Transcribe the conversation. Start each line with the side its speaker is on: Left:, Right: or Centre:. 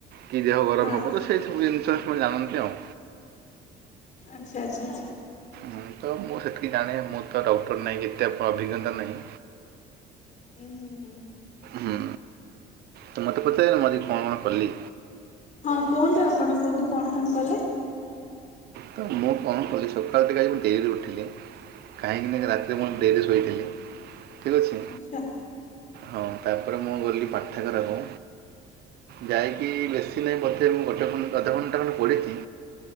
Right: କି ଦେହ ଗରମ
Left: ହଁ
Right: ହେବ। ତ ସେ ସବୁ ଜି ଜାଣନ୍ତି ଆଉ।
Left: ଆଚ୍ଛା ଆଚ୍ଛା।
Right: ହଁ ତ ମୁଁ ସେତିକି ଜାଣେ ମୁଁ ତ ଡକ୍ଟର ନାହିଁ କେତେ ଅଭିଜ୍ଞତା ନାହିଁ।
Left: ଉଁ ହୁଁ ହୁଁ।
Right: ହୁଁ ତ ମୋତେ ପଚାର ମୁଁ ଆଜି କଣ କଣ କଲି?
Left: ହଁ କୁହନ୍ତୁ ଆପଣ କୁହନ୍ତୁ କଣ କଣ କଲେ?
Right: ତ ମୁଁ କଣ କଲି ସକାଳ ଟିକେ ଆଜି ମୁଁ ଡେରିରେ ଉଠିଲି। କାହିଁକି ନା ରାତିରେ ମୁଁ ଡେରି ଶୋଇଥିଲି। ଠିକ୍ ଅଛି
Left: ଆଚ୍ଛା।
Right: ହଁ ତାପରେ ମୁଁ ଗଲି ପାଠାଗାରା କୁ। ଯାଇକି ବେଶୀ ନାହିଁ ବୋଧେ ମୁଁ ଗୋଟେ ଅଧ ଘଣ୍ଟା ପଢିଛି।